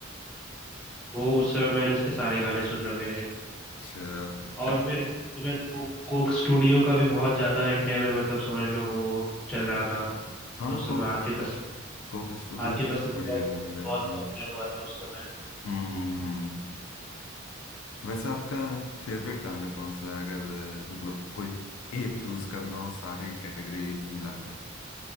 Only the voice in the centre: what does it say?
वो उस समय मैंने उसके सारे गाने सुन रखे थे
और
फिर तुम्हें को, कोक स्टूडियो का भी बहुत ज्यादा इंडिया में मतलब समझ लो वो चल रहा था तो
उस समय
आतिफ असलम
आतिफ
असलम
बहुत
बहुत
पॉपुलर हुआ था उस समय